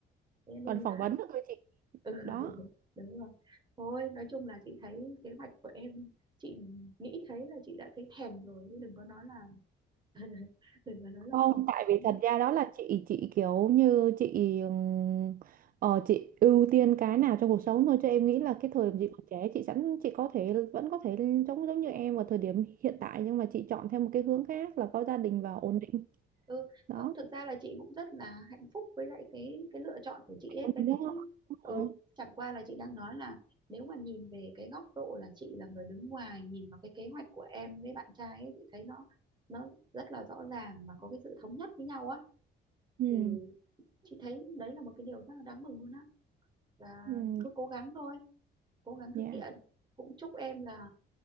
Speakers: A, on the right (about 20°); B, on the right (about 45°).
A: thế nên
B: còn phỏng
A: là
B: vấn nữa
A: <laughs>
B: cơ chị
A: ừ,
B: đó
A: đúng rồi thôi nói chung là chị thấy kế hoạch của em chị nghĩ thấy là chị đã thấy thèm rồi chứ đừng có nói là <laughs> đừng có nói là
B: không
A: không
B: tại vì
A: Ừ.
B: thật ra đó là chị chị kiểu như chị ừm, ờ, chị ưu tiên cái nào trong cuộc sống thôi cho em nghĩ là cái thời điểm chị còn trẻ chị sẵn chị có thể vẫn có thể giống giống như em ở thời điểm hiện tại nhưng mà chị chọn theo một cái hướng khác là có gia đình và ổn định
A: ừ
B: đó
A: không thực ra là chị cũng rất là hạnh phúc với lại cái cái lựa chọn của chị ấy
B: Ừ,
A: cái
B: đúng
A: cái ừ
B: rồi
A: chẳng qua là chị đang nói là nếu mà nhìn về cái góc độ là chị là người đứng ngoài nhìn vào cái kế hoạch của em với bạn trai ấy chị thấy nó nó rất là rõ ràng mà có cái sự thống nhất với nhau á
B: ừ
A: thì chị thấy đấy là một cái điều rất là đáng mừng luôn á và
B: ừ
A: cứ cố gắng thôi cố gắng
B: dạ
A: thực hiện cũng chúc em là